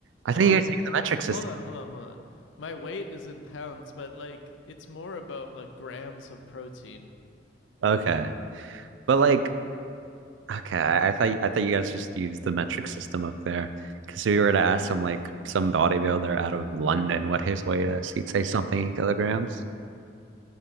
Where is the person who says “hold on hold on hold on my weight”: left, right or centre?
Left